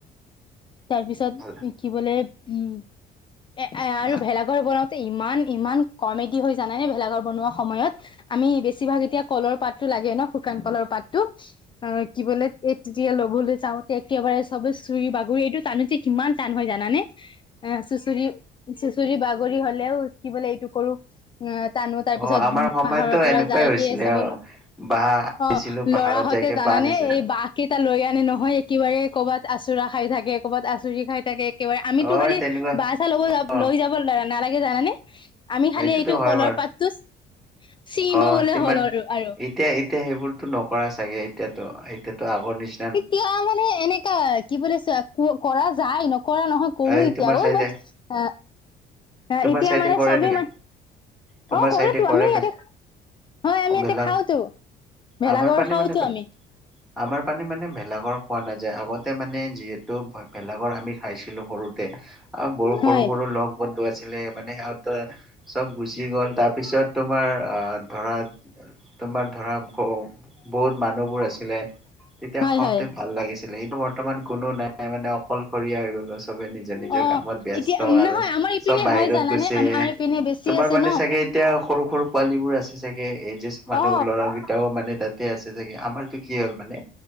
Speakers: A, on the left (about 30°); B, in the centre.
A: তাৰ পিছত
B: ভালা
A: কি বোলে উম এ আৰু
B: ভা
A: ভেলা এবাৰ বনাওঁতে ইমান ইমান কমেডি হৈ যা মানে ভেলাৰ বনোৱা সময়ত আমি বেছিভাগ এতিয়া কলৰ পাতটো লাগে ন শুকান কলৰ পাতটো। অঁ কি বোলে এই তেতিয়া লবলৈ যাওঁ তেতিয়া একেবাৰে চবে চু চুৰি বাগৰি এইটো টানিতে কিমান টান হয় জানানে? এ চুচৰি চুচৰি বাগৰি হ'লেও কি বোলে এইটো কৰো, অঁ টানো তাৰ
B: অ
A: পিছত
B: আমাৰ সময়তো
A: পাহৰৰ পৰা
B: এনেকুৱাই
A: যাইকে
B: হৈছিলে
A: চবে
B: অ বাঁহ আনিছিলো
A: অঁ
B: পাহাৰত
A: ল'ৰাহঁতে
B: যাইকে
A: জানানে
B: বাঁহ আনিছিলো
A: এই বাঁহ কেইটা লৈ আনে নহয়। কিবা এ ক'ৰবাত আচুৰা খাই থাকে, কৰ'বাত আচৰি খাই থাকে একেবাৰে আমিতো
B: অ
A: খালি
B: তেনেকুৱা
A: বাট চ্ছা লব
B: অ
A: লৈ যাব নালাগে জানে আমি খালি
B: সেইটোতো
A: এইটো
B: হয় বাৰু
A: তাতটো ছিঙিব
B: অ
A: গলে
B: তিমান
A: হ'ল আৰু আৰু
B: এতিয়া এতিয়া সেইবোৰতো নকৰা চাগে, এতিয়াতো এতিয়াতো আগৰ নিচি
A: এতিয়া মানে এনেকা কি বুলিছ ক কৰা যায় নকৰা নহয়। কৰো
B: এই
A: এতিয়াও
B: তোমাৰ চাইডে
A: বাট
B: তোমাৰ
A: এতিয়া
B: চাইডে
A: মানে
B: কৰে
A: চবে
B: নেকি
A: মান
B: তোমাৰ
A: অঁ কৰোতো
B: চাইডে কৰে
A: আমি ইয়াতে
B: ভে
A: হয়, আমি ইয়াতে
B: ভেলা
A: খাওতো ভেলাঘৰ
B: আমাৰ পানে
A: খাওতো
B: মানে
A: আমি।
B: আমাৰ পানে মানে ভেলাগৰ খোৱা নাযায়, আগতে মানে যিহেতু ভেলাগৰ আমি খাই ছিলো সৰুতে আৰু বহু
A: হয়
B: সৰু সৰু লগ বন্ধু আছিলে মানে সিহঁতৰ চব গুচি গ'ল, তাৰপিছত তোমাৰ আঁহ ধৰা তোমাৰ ধৰা হ, বহুত মানুহবোৰ আছিলে তেতিয়া
A: হয়
B: খাওঁতে
A: হয়
B: ভাল লাগিছিলে কিন্তু বৰ্তমান কোনো নাই মানে অকলশৰীয়া হৈ গ'ল আ চবে নিজৰ নিজৰ
A: অ
B: কামত ব্যস্ত
A: এতিয়া
B: আৰু
A: নহয় আমাৰ ইপিনে
B: চব বাহিৰত
A: হয় জানানে
B: গৈছে।
A: আমাৰ ইপিনে বেছি
B: তোমাৰ
A: আছে
B: বাদে
A: ন
B: চাগে এতিয়া সৰু সৰু পোৱালীবোৰ আছে চাগে এজ মানুহ
A: অ
B: ল'ৰা <unintelligible> তেওঁ মানে তাতে আছে চাগে। আমাৰটো কি হ'ল মানে